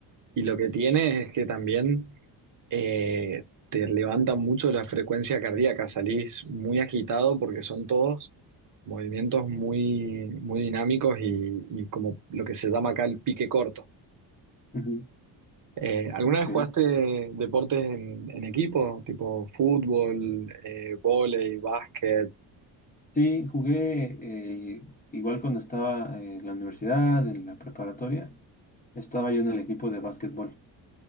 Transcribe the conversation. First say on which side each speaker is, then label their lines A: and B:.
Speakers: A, on the right (about 45°); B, on the left (about 20°).
A: Y lo que tiene es que también eh, te levanta mucho la frecuencia cardíaca, salís muy agitado porque son todos movimientos muy, muy dinámicos y, y como lo que se llama acá el pique corto.
B: Ujú.
A: Eh, ¿alguna
B: Ok.
A: vez jugaste deportes en, en equipo, tipo fútbol, eh, vóley, básquet?
B: Sí, jugué eh, igual cuando estaba eh, en la universidad, en la preparatoria. Estaba yo en el equipo de básquetbol.